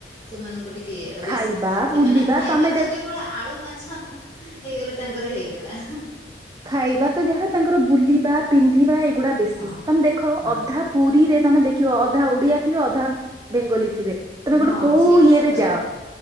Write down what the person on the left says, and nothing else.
ସେମାନଙ୍କୁ ଟିକେଏ ବେଶି
ସେମାନେ
ଖାଇବାରେ
ତ
କେ ବଳ ଆଳୁ ମାଛ ହେଇଗଲେ ତାଙ୍କର ହେଇଗଲା।
ହଁ
ହଁ
ହଁ
ସେଇଟା
ସତ
କଥା।